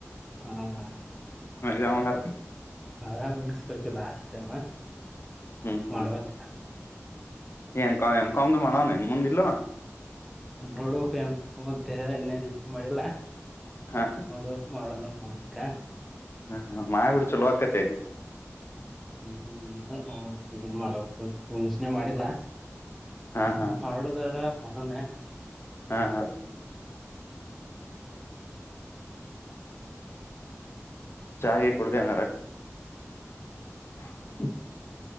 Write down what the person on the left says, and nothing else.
ಜಾಮತ
ಹ್ಮ್ ಹ್ಮ್
ಏನ್ ಎಂ ಕಾಮ್ದು ಮಾಡವ್ನ ಇನ್ ಮುಂದ್ ಇಲ್ಲೋ
ಹಾ
ಹ್ಮ ಹ ಮಾಯಿ ಬಿಡ್ಚು ಲೋಕತ್ತ
ಹಾ
ಹಾ
ಹಾ ಹಾ
ಚಾ ಗಿ ಕುಡ್ದು <inaudible> ಹ್ಮ <inaudible>